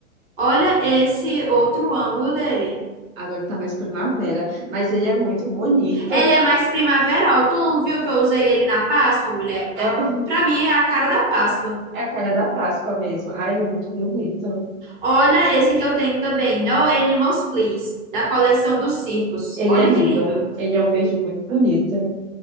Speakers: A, on the right (about 35°); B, on the right (about 70°).
A: olha esse outro ângulo dele.
B: Agora tá mais primavera, mas ele é muito bonito.
A: Ele é mais primaveral. Tu não viu que eu usei ele na Páscoa, mulher?
B: Aham,
A: Pra mim é a cara da Páscoa.
B: É a cara da Páscoa mesmo. Ai, ele é muito bonito.
A: Olha esse que eu tenho também, No Animals Please, da coleção dos circos.
B: Ele
A: Olha
B: é lindo.
A: que lindo.
B: Ele é um verde muito bonito.